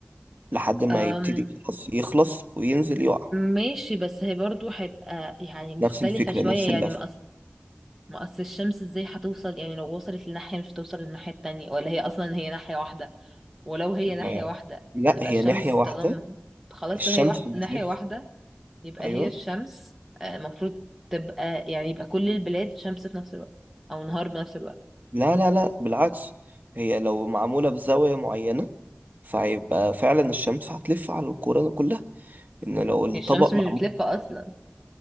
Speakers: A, on the right; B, in the centre.
A: لحد ما
B: أم...
A: يبتدي خلاص يخلص وينزل يقع
B: ماشي بس هي برضو هيبقى يعني مختلفه
A: نفس الفكره
B: شويه
A: نفس اللفه
B: يعني ما اصل الشمس ازاي هتوصل يعني لو وصلت لناحية مش هتوصل للناحية التانية ولا هي اصلا هي ناحية واحدة ولو هي ناحية
A: آه،
B: واحدة
A: لا
B: يبقى
A: هي
B: الشمس
A: ناحيه واحده
B: طالما خلاص
A: الشمس
B: لو هي واحد...
A: بتلف
B: ناحية واحدة يبقى
A: ايوه
B: هي الشمس آه، المفروض تبقى يعني يبقى كل البلاد شمس في نفس الوقت او نهار بنفس الوقت
A: لا لا لا بالعكس هي لو معمولة بزاوية معينة فهيبقى فعلا الشمس هتلف على الكورة ده كلها ان لو الطبق
B: هي الشمس
A: معمول
B: مش بتلف اصلا